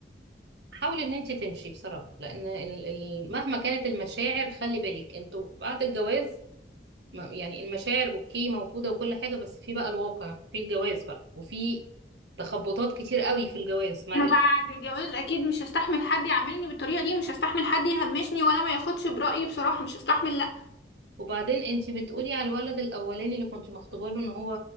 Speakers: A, on the right; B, on the left.
A: حاولي ان انتي تمشي بصراحة لان ال... ال... مهما كانت المشاعر خلي بالك انتوا بعد الجواز ما- يعني المشاعر اوكي موجودة وكل حاجة بس في بقى الواقع في الجواز بقى وفي تخبطات كتير قوي في الجواز معلش
B: انا بعد جواز اكيد مش هستحمل حد يعاملني بالطريقه دي مش هستحمل حد يهمشني ولا ما ياخدش برايي بصراحه مش هستحمل لا
A: وبعدين انتي بتقولي على الولد الاولاني اللي كنت مخطوبه له ان هو